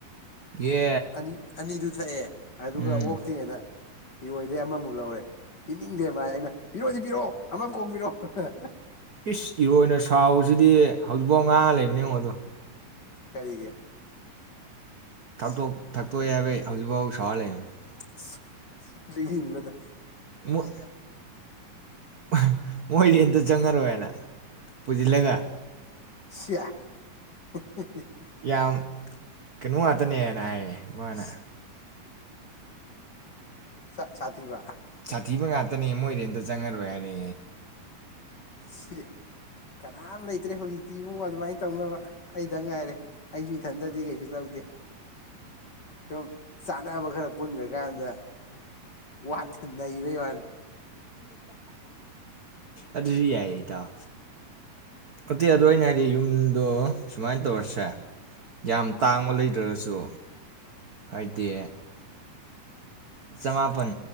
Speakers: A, on the right; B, on the left.
A: ꯑꯦ
B: ꯑꯅꯤ ꯑꯅꯤꯗꯨ ꯊꯛꯑꯦ- ꯑꯗꯨꯒ
A: ꯎꯝ
B: ꯑꯣꯛꯇꯦꯅ ꯏꯔꯣꯏ ꯑꯗꯩ ꯑꯃꯃꯨꯛ ꯂꯧꯔꯦ ꯄꯤꯅꯤꯡꯗꯦ ꯃꯥꯥꯖꯦ ꯑꯩꯅ ꯄꯤꯔꯛꯑꯣꯗꯤ ꯄꯤꯔꯛꯑꯣ ꯑꯃ ꯀꯣꯛ ꯄꯤꯔꯛꯑꯣ ꯍꯍ
A: ꯏꯁ ꯏꯔꯣꯏꯅ ꯁꯥꯎꯕꯁꯤꯗꯤ ꯍꯧꯖꯤꯛꯐꯥꯎ ꯉꯥꯡꯉ ꯂꯩꯕꯅꯤ ꯉꯣ ꯑꯗꯣ
B: ꯀꯩꯒꯦ
A: ꯇꯣꯛ ꯊꯛꯇꯣꯛꯑꯦ ꯍꯥꯏꯕꯩ ꯍꯧꯖꯤꯛꯐꯥꯎ ꯁꯥꯎ ꯁꯥꯎꯔꯥ ꯂꯩꯕꯅꯤ
B: ꯑꯁ-ꯂꯩꯕꯤꯕꯖꯨ ꯅꯠꯇ
A: ꯃꯣꯏ ꯑꯍ--ꯃꯣꯏꯗꯤ ꯑꯝꯇ ꯆꯪꯉꯔꯣꯏꯅ ꯄꯨꯁꯤꯜꯂꯒ
B: ꯁꯤꯌꯥ ꯍꯤ-ꯍꯤ-ꯍꯤ-
A: ꯌꯥꯝ ꯀꯩꯅꯣ ꯉꯥꯛꯇ ꯇꯅꯦꯃꯦ ꯌꯥꯏꯌꯦ ꯃꯥꯅ
B: ꯁꯥ ꯁꯥꯊꯤꯕ
A: ꯁꯥꯊꯤꯕ ꯉꯥꯛꯇꯅꯤ ꯃꯣꯏ ꯔꯦꯟꯇ ꯆꯪꯉꯔꯣꯏ ꯍꯥꯏꯔꯦ
B: ꯁꯤ ꯀꯅꯥꯝ ꯂꯩꯇ꯭ꯔꯦ ꯍꯧꯖꯤꯛꯇꯤ ꯏꯕꯨꯡꯉꯣ ꯑꯗꯨꯃꯥꯏ ꯇꯧꯅꯕ ꯑꯩꯗꯪ ꯉꯥꯏꯔꯦ ꯑꯩꯁꯨ ꯏꯊꯟꯇꯗꯤ ꯀꯩꯁꯨ ꯇꯧꯗꯦ ꯁꯨꯝ ꯆꯥꯅꯕ ꯈꯔ ꯄꯨꯟꯈ꯭ꯔꯀꯥꯟꯗ ꯋꯥꯠ ꯅꯩꯕꯩ ꯋꯥꯅꯤ
A: ꯑꯗꯨꯁꯨ ꯌꯥꯏꯌꯦ ꯏꯇꯥꯎ ꯅꯠꯇꯦ ꯑꯗꯣ ꯑꯩꯅ ꯍꯥꯏꯗꯤ ꯌꯨꯝꯗꯣ ꯁꯨꯃꯥꯏꯅ ꯇꯧꯔꯁꯦ ꯌꯥꯝ ꯇꯥꯡꯕ ꯂꯩꯇ꯭ꯔꯒꯁꯨ ꯍꯥꯏꯗꯤ ꯆꯃꯥꯄꯟ